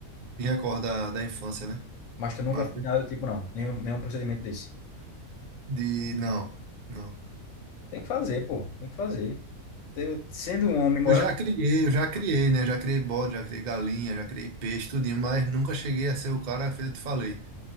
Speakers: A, on the right; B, on the left.
A: me recordo da, da infância, né?
B: Mas tu nunca
A: Mas
B: fez nada do tipo, não. Nenhum, nenhum procedimento desse.
A: de, não. Não.
B: Tem que fazer, pô. Tem que fazer. Eu, sendo um homem morando,
A: Eu já criei, eu já criei, né? Já criei bode, já criei galinha, já criei peixe, tudinho, mas nunca cheguei a ser o cara que eu te falei,